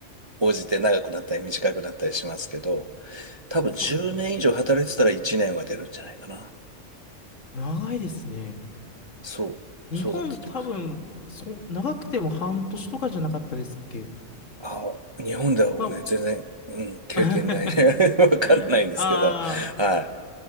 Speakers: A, on the right (about 35°); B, on the left (about 85°).
A: 応じて長くなったり短くなったりしますけど、多分10年以上働いてたら1年は出るんじゃないかな。
B: そうかそうか。長いですね。
A: そう、
B: 日本多分、
A: そうだったと思います。
B: そ、長くても半年とかじゃなかったですっけ
A: ああ、日本では僕ね、
B: まあ、
A: 全然、うん、経験ないね。
B: <laughs>
A: <laughs> わかんないんですけど、
B: ああ、
A: は